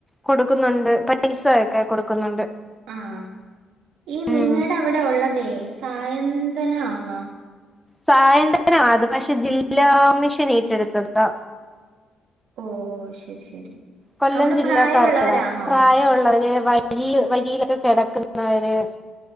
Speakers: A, in the centre; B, on the right (about 85°).
A: കൊടുക്കുന്നുണ്ട് പൈസയൊക്കെ കൊടുക്കുന്നുണ്ട്
B: ആഹ് ഈ നിങ്ങളവടെ
A: ഉം
B: അവിടെ ഉള്ളതെ സായന്തന ആണോ
A: സായന്തനമാ അത് പക്ഷെ ജില്ലാ കമ്മിഷൻ ഏറ്റെടുത്തതാ
B: ഓ ശരി ശരി
A: കൊല്ലം
B: അവിടെ
A: ജില്ലക്കാരുടെ
B: പ്രായമുള്ളവരാന്നോ
A: പ്രായമുള്ളവര് വഴി വഴിയിലൊക്കെ കെടക്കുന്നവര്